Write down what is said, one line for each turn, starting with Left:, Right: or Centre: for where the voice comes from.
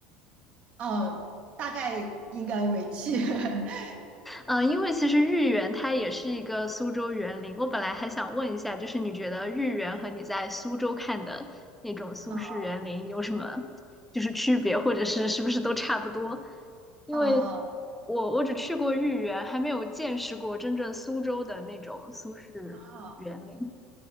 Right: 呃、哦，大概应该没去，<laughs>
Centre: 嗯，因为其实豫园它也是一个苏州园林。我本来还想问一下，就是你觉得豫园和你在苏州看的那种苏式园林有什么
Right: 嗯
Centre: 就是区别，或者是是不是都差不多？因为
Right: 哦
Centre: 我我只去过豫园，还没有见识过真正苏州的那种苏式园林。
Right: 哦